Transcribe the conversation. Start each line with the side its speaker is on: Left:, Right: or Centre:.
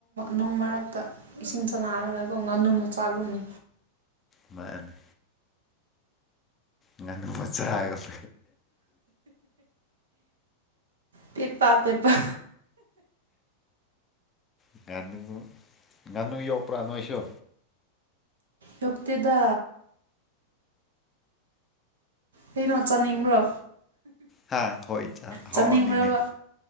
Right: ꯅꯣꯡ ꯃꯔꯛꯇ ꯏꯁꯤꯡ ꯁꯥꯟꯅꯔꯒꯀꯣ ꯉꯥꯅꯨ ꯃꯆꯥꯒꯨꯝꯅ
Left: ꯃꯥꯅꯤ ꯉꯥꯅꯨ ꯃꯆꯥꯒꯦ
Right: ꯄꯦ ꯄꯥ ꯄꯦ ꯄꯥ
Left: ꯉꯥꯅꯨ ꯉꯥꯅꯨ ꯌꯣꯛꯄ꯭ꯔ ꯅꯣꯏꯁꯨ
Right: ꯌꯣꯛꯇꯦꯗ ꯀꯩꯅꯣ ꯆꯥꯅꯤꯡꯕ꯭ꯔꯣ
Left: ꯍꯥ ꯍꯣꯏ ꯆꯥ
Right: ꯆꯥꯅꯤꯡꯕ꯭ꯥꯔꯕ
Left: ꯍꯥꯎꯅꯤꯅꯦ